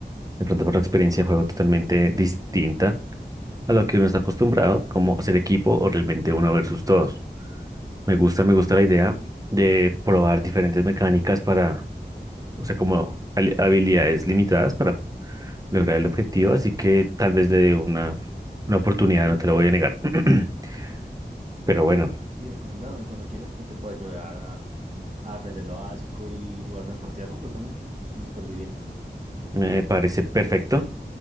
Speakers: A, on the right (about 20°); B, on the right (about 40°).
A: De pronto por la experiencia de juego totalmente distinta a lo que uno está acostumbrado, como ser equipo o realmente uno versus todos. Me gusta, me gusta la idea de probar diferentes mecánicas para, o sea, como hali- habilidades limitadas para lograr el objetivo, así que tal vez le dé una, una oportunidad, no te lo voy a negar. <clears throat>
B: Perfecto.
A: Pero bueno.
B: Sí, recomendado. Y cuando quieras, pues te puedo ayudar a, a aprender lo básico y jugar unas partidas juntos también de superviviente.
A: Me parece perfecto.